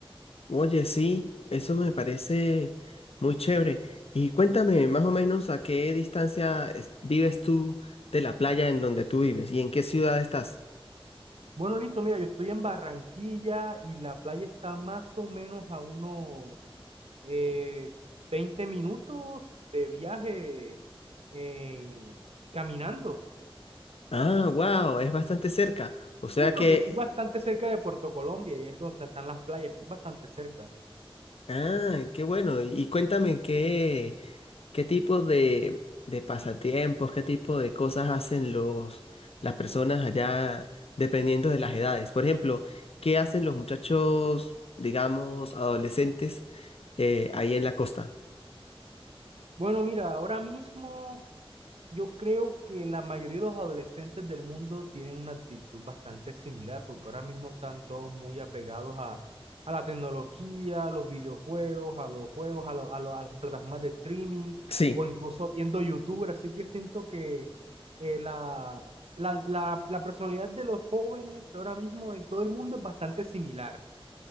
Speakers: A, on the left; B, on the right.
A: Oye, sí, eso me parece muy chévere. Y cuéntame más o menos a qué distancia es- vives tú de la playa en donde tú vives y en qué ciudad estás.
B: Bueno, listo, mira, yo estoy en Barranquilla y la playa está más o menos a unos eh, 20 minutos de viaje en- caminando.
A: Ah, wow, es bastante cerca. O sea
B: Sí, porque
A: que,
B: estoy bastante cerca de Puerto Colombia y es donde están las playas, estoy bastante cerca.
A: ah, qué bueno. Y cuéntame qué, ¿Qué tipo de, de pasatiempos, qué tipo de cosas hacen los, las personas allá dependiendo de las edades? Por ejemplo, ¿qué hacen los muchachos, digamos, adolescentes eh, ahí en la costa?
B: Bueno, mira, ahora mismo Yo creo que la mayoría de los adolescentes del mundo tienen una actitud bastante similar, porque ahora mismo están todos muy apegados a, a la tecnología, a los videojuegos, a los juegos, a, lo- a, lo- a las plataformas de streaming
A: Sí,
B: o incluso viendo YouTube. Así que siento que eh, la, la, la, la personalidad de los jóvenes ahora mismo en todo el mundo es bastante similar.